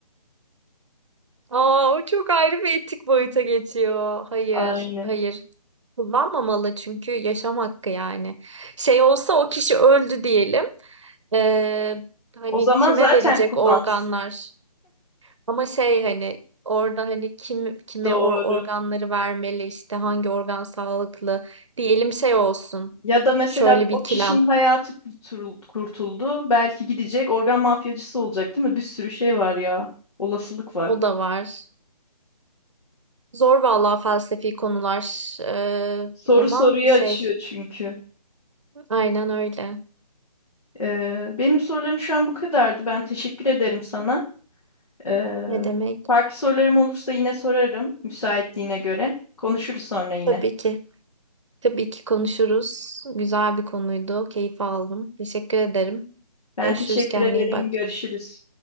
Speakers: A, on the right; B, on the left.
A: Aa, o çok ayrı bir etik boyuta geçiyor. Hayır,
B: Aynen.
A: hayır. Kullanmamalı çünkü yaşam hakkı yani. Şey olsa o kişi öldü diyelim. Ee, hani
B: O zaman
A: kime
B: zaten
A: verecek
B: kullansın.
A: organlar? Ama şey hani orada hani kim kime
B: Doğru.
A: or organları vermeli işte hangi organ sağlıklı diyelim şey olsun.
B: Ya da mesela
A: Şöyle
B: o
A: bir ikilem
B: kişinin hayatı kurtul- kurtuldu. Belki gidecek organ mafyacısı olacak değil mi? Bir sürü şey var ya. Olasılık var.
A: o da var. Zor vallahi felsefi konular Ee,
B: Soru
A: ama
B: soruyu
A: şey
B: açıyor çünkü.
A: aynen öyle.
B: Ee, benim sorularım şu an bu kadardı. Ben teşekkür ederim sana. Ee,
A: Ne demek?
B: farklı sorularım olursa yine sorarım müsaitliğine göre. Konuşuruz sonra yine.
A: Tabii ki. Tabii ki konuşuruz. Güzel bir konuydu. Keyif aldım. Teşekkür ederim.
B: Ben
A: Görüşürüz.
B: teşekkür
A: Kendine
B: ederim.
A: iyi bak.
B: Görüşürüz.